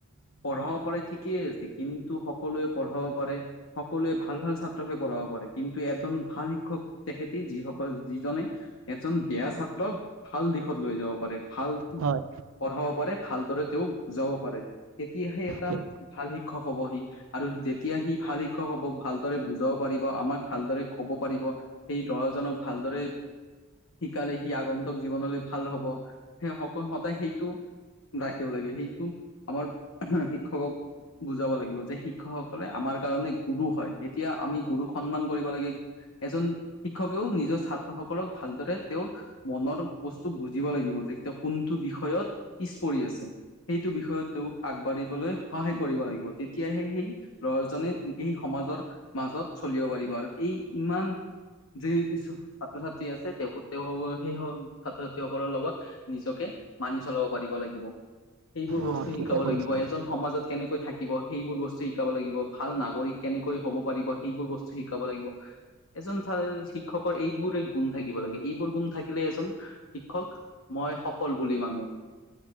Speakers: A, on the left; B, on the right.
A: পঢ়াব পাৰে ঠিকেই আছে তো সকলোৱে পঢ়াব পাৰে, সকলোৱে ভাল ভাল ছাত্ৰকে পঢ়াব পাৰে কিন্তু এজন ভাল শিক্ষক তেখেতে যিসকল যিজনে এজন বেয়া ছাত্ৰক ভাল দিশত লৈ যাব পাৰে। ভাল
B: হয়
A: পঢ়াব পাৰে, ভালদৰে তেওঁক বুজাব পাৰে তেতিয়াহে এটা
B: ঠিক।
A: ভাল শি ক্ষক হ'ব সি। আৰু যেতিয়া সি ভাল শিক্ষক হব ভালদৰে বুজাব পাৰিব আমাক ভালদৰে কব পাৰিব সেই দহজনক ভালদৰে শিকালে সি আগন্তক জীৱনলৈ ভাল হব সেই সকল সদায় সেইটো ৰাখিব লাগে সেইটো আমাৰ উহু শিক্ষকক বুজাব লাগিব যে শিক্ষকসকলে আমাৰ কাৰণে গুৰু হয় এতিয়া আমি গুৰুক সন্মান কৰিব লাগে। এজন শিক্ষকেও নিজৰ ছাত্ৰসকলক ভালদৰে তেওঁৰ মনৰ বস্তু বুজিব লাগিব যে তেওঁ কোনটো বিষয়ত পিছ পৰি আছে। সেইটো বিষয়ত তেওঁক আগবাঢ়িবলৈ সহায় কৰিব লাগিব তেতিয়াহে সেই লৰাজনে সেই সমাজৰ মাজত চলিব পাৰিব আৰু এই ইমান যি <unintelligible> ছাত্ৰ - ছাত্ৰী আছে তেওঁ তেওঁসক সেই স ছাত্ৰ ছাত্ৰীসকলৰ লগত নিজকে মানি চলাব পাৰিব লাগিব সেইবোৰ বস্তু
B: অ
A: শিকাব
B: ঠিকে কৈছা
A: লাগিব এজন সমাজত কেনেক কৈ থাকিব সেইবোৰ বস্তু শিকাব লাগিব, ভাল নাগৰিক কেনেকৈ হব পাৰিব সেইবোৰ বস্তু শিকাব লাগিব। এজন <unintelligible> শিক্ষকৰ এইবোৰে গুণ থাকিব লাগে এইবোৰ গুণ থাকিলে এজন শিক্ষক মই সফল বুলি মানো।